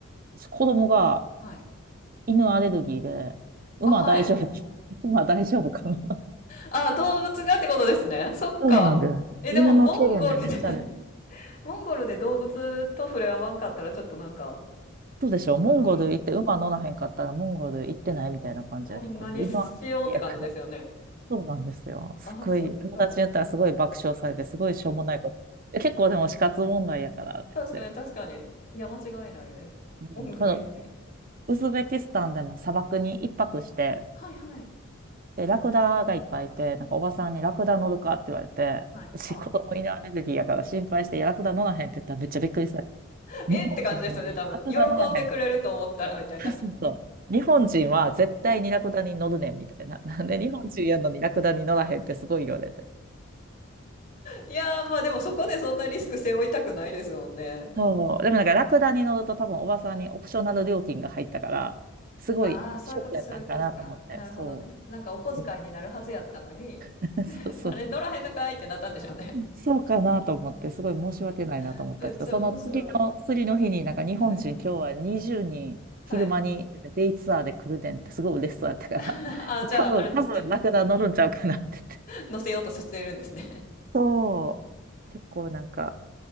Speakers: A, on the right (about 45°); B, on the left (about 45°).
A: 子供が
B: はい。
A: 犬アレルギーで、馬大丈夫、
B: あ、はい。
A: <laughs> 馬大丈夫かな。
B: あ、動物がってことですね。そっか。
A: そうなんです。
B: え、
A: 犬の毛でね、
B: でも、モンゴルで
A: めっちゃある。
B: <laughs> モンゴルで動物と触れ合わんかったら、ちょっとなんか、
A: そうでしょモンゴル行って馬乗らへんかったらモンゴル行ってないみたいな感じやけど、
B: うん、うん、何しようって感じですよね。
A: 犬はやから。そうなんですよ。すごい、
B: あ、そっか。
A: 友達に言ったらすごい爆笑されて、すごいしょうもないこと。え結構でも死活問題やからって言って。
B: 確かに、確かに。いや、間違いないです。
A: うんうんこの
B: モンゴル行って。
A: ウズベキスタンでも砂漠に一泊して、
B: はいはい。
A: で、ラクダがいっぱいいて、なんかおばさんにラクダ乗るかって言われて、
B: うん。はい。
A: 私子供犬アレルギーやから心配して、
B: あ、
A: いやラクダ乗らへんって言ったらめっちゃびっくりした。
B: えって感じですよね、
A: 日本人やのにラクダ乗らへんって。
B: 多分。喜んでくれると思ったら、みたいな。
A: そうそうそう。日本人は絶対にラクダに乗るねんみたいな。
B: はい。
A: <laughs> なんで日本人やのにラクダに乗らへんってすごい言われて。
B: いやー、まあでもそこでそんなリスク背負いたくないですもんね。
A: そう。でもなんかラクダに乗ると多分おばさんにオプショナル料金が入ったから、すごいショックやったんかなと思って。
B: ああ、そういうこと、そういうことか。あ、なるほどね。
A: そ
B: なんかお小遣いになるはずやったのに、
A: う。うん <laughs> そうそう。
B: あれ、乗らへんのかいってなったんでしょうね。
A: そうかなと思って、すごい申し訳ないなと思ったけど、
B: <laughs> めっちゃ面白い。
A: その次の、次の日になんか日本人今日は20人昼間にデイツアーで来るねんってすごい嬉しそうやったから、
B: はい。はい。<laughs>
A: <laughs>
B: あ、じゃあ、
A: 多分、
B: あれですね。
A: 多分ラクダ乗るんちゃうかなって
B: 乗せようとさせているんですね。
A: そう。結構なんか、